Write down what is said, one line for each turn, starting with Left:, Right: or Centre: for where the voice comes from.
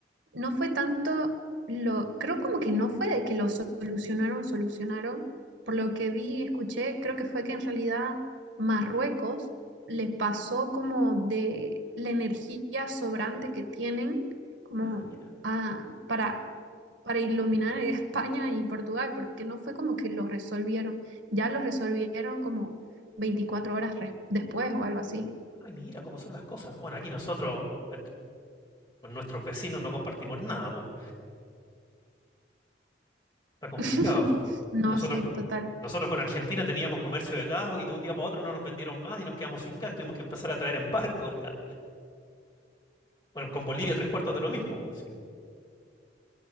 Right: no fue tanto lo, creo como que no fue de que lo solucionaron, solucionaron. Por lo que vi y escuché, creo que fue que en realidad Marruecos les pasó como de la energía sobrante que tienen como
Left: Ah, mira,
Right: a- para, para iluminar <laughs> a España y Portugal, porque no fue como que los resolvieron, ya los resolvieron como 24 horas res- después o algo así.
Left: ay, mira cómo son las cosas. Bueno, aquí nosotros eh, con nuestros vecinos no compartimos nada, po. Está complicado.
Right: <laughs> No,
Left: Nosotros,
Right: sí,
Left: co-
Right: total.
Left: nosotros con Argentina teníamos comercio de gas y de un día para otro no nos vendieron más y nos quedamos sin gas tuvimos que empezar a traer en barco el gas. Bueno, con Bolivia tres cuartos de lo mismo. sí.